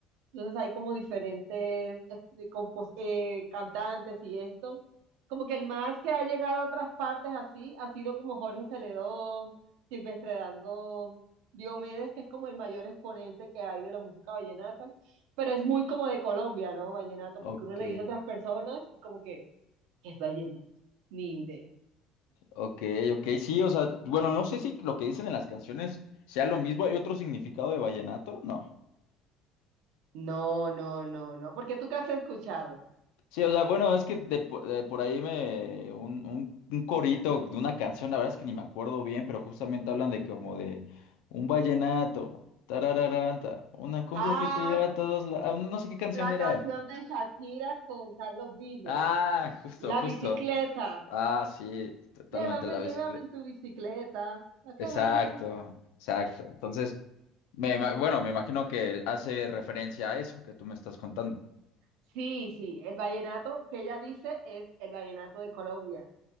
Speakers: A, on the right; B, on the left.
A: Entonces hay como diferentes eh, de compos- eh, cantantes y esto. Como que el más que ha llegado a otras partes así ha sido como Jorge Celedón, Silvestre Dangond, Diomedes, que es como el mayor exponente que hay de la música vallenata, pero es muy como de Colombia, ¿no? Vallenato,
B: Ok,
A: porque uno le dice a otras personas y como que que es vallenato. Ni idea.
B: ok, ok, sí, o sea, bueno, no sé si lo que dicen en las canciones sea lo mismo. ¿Hay otro significado de vallenato? No.
A: No, no, no, no, porque tú qué has escuchado.
B: Sí, o sea, bueno, es que de, po- de por ahí me un, un, un corito de una canción, la verdad es que ni me acuerdo bien, pero justamente hablan de como de un vallenato, tarararanta, una cumbia
A: Ah,
B: que te lleva a todos la- ah, no sé qué canción
A: la
B: era.
A: canción de Shakira con Carlos Vives.
B: Ah, justo,
A: La
B: justo.
A: bicicleta.
B: Ah, sí, totalmente
A: Llévame,
B: la
A: llévame
B: bicicleta.
A: en tu bicicleta. ¿A qué
B: Exacto,
A: bailemos?
B: exacto. Entonces,
A: Sí.
B: me, ima- bueno, me imagino que hace referencia a eso que tú me estás contando.
A: Sí, sí, el vallenato que ella dice es el vallenato de Colombia.